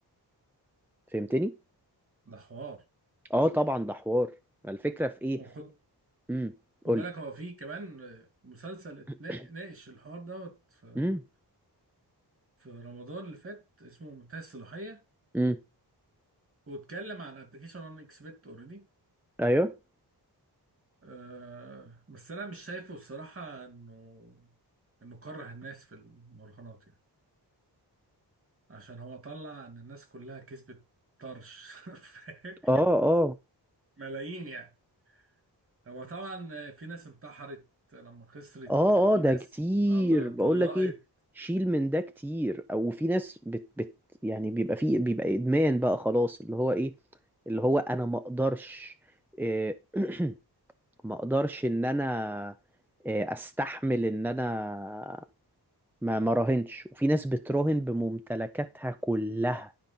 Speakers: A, in the centre; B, on the right.
A: فهمتني؟
B: ده حوار
A: اه طبعا ده حوار ما الفكرة في ايه؟
B: وخد
A: امم
B: خد
A: قولي
B: بالك هو فيه كمان آه، مسلسل اتنا-
A: <clears throat>
B: ناقش الحوار دوت في
A: امم
B: في رمضان اللي فات اسمه منتهى الصلاحية
A: امم
B: واتكلم عن ابلكيشن انا اكسبت اوريدي
A: ايوه
B: أه بس انا مش شايفه الصراحة انه انه كره الناس في المراهنات يعني عشان هو طلع ان الناس كلها كسبت طرش <laughs> فاهم؟
A: اه اه
B: ملايين يعني هو طبعا في ناس انتحرت لما خسرت
A: اه
B: في
A: اه ده
B: ناس
A: كتير
B: طل-
A: بقول
B: طلقت
A: لك ايه شيل من ده كتير او في ناس بت بت يعني بيبقى فيه بيبقى ادمان بقى خلاص اللي هو ايه اللي هو انا ما اقدرش إيه، <clears throat> ما اقدرش ان انا إيه، استحمل ان انا ما ما راهنش وفي ناس بتراهن بممتلكاتها كلها